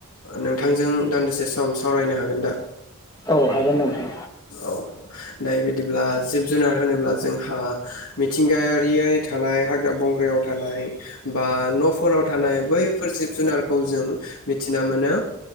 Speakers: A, on the left (about 80°); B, on the left (about 15°).
A: नोंथांजों दान्दिसे सम सावरायनो हागोन दा?
B: औ हागोन नोंथां।
A: औ दायो बिदिब्ला जिब' जुनार होनोब्ला जोंहा मिथिंगायारियोय थानाय हाग्रा बंग्रायाव थानाय बा न'फोराव थानाय बैफोर जिब जुनारखौ जों मिथिना मोनो।